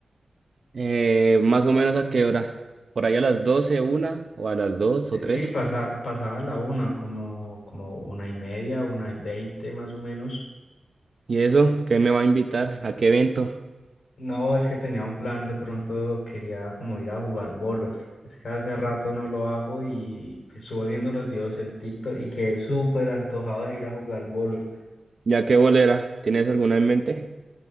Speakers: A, on the right; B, on the left.
A: Eh, más o menos a qué hora? Por ahí a las doce una o a las dos
B: Eh,
A: o tres
B: Sí, pasa, pasada la una, como, como una y media, una y veinte más o menos.
A: ¿Y eso? ¿Qué me va a invitar? ¿A qué evento?
B: No, es que tenía un plan, de pronto quería como ir a jugar bolos. Es que hace rato no lo hago y estuve viendo unos videos en TikTok y quedé súper antojado de ir a jugar bolos.
A: ¿Ya qué bolera? ¿Tienes alguna en mente?